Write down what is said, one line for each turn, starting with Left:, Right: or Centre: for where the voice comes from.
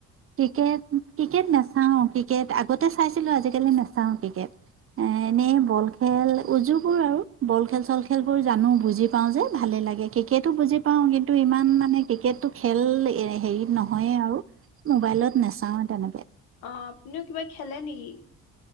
Right: ক্ৰিকেট ক্ৰিকেট নাচাও ক্ৰিকেট আগতে চাইছিলো আজিকালি নাচাও ক্ৰিকেট এ এনেই বল খেল উজুবোৰ আৰু বল খেল চল খেলবোৰ জানো বুজি পাওঁ যে ভালে লাগে ক্ৰিকেটো বুজি পাওঁ কিন্তু ইমান মানে ক্ৰিকেটটো খেল এ হেৰিত নহয়ে আৰু মোবাইলত নাচাওয়ে তেনেকে।
Left: অ', আপুনিও কিবা খেলে নেকি?